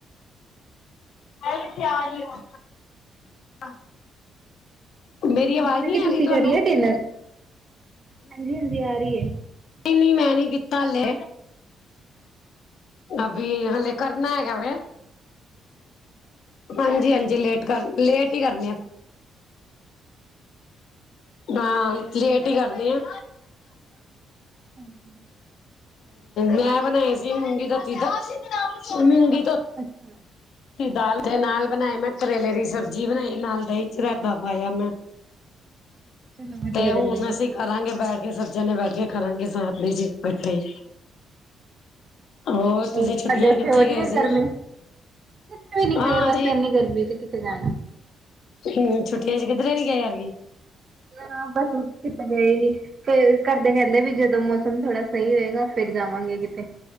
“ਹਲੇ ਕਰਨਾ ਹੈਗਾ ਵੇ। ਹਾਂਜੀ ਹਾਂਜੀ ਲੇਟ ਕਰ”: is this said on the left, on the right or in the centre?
Left